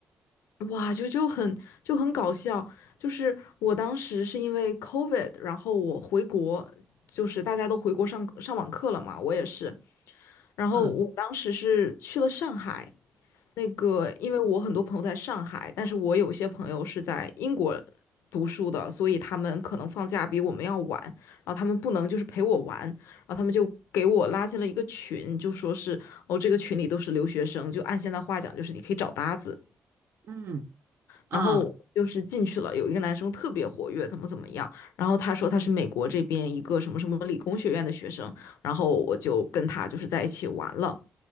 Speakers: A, on the left; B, on the right.
A: 哇，就就很就很搞笑。就是我当时是因为 COVID，然后我回国，就是大家都回国上上网课了嘛，我也是。然后我当时是去了上海，
B: 嗯
A: 那个，因为我很多朋友在上海，但是我有些朋友是在英国读书的，所以他们可能放假比我们要晚，然后他们不能就是陪我玩，然后他们就给我拉进了一个群，就说是哦，这个群里都是留学生，就按现在话讲，就是你可以找搭子。
B: 嗯啊
A: 然后就是进去了，有一个男生特别活跃，怎么怎么样，然后他说他是美国这边一个什么什么理工学院的学生，然后我就跟他就是在一起玩了，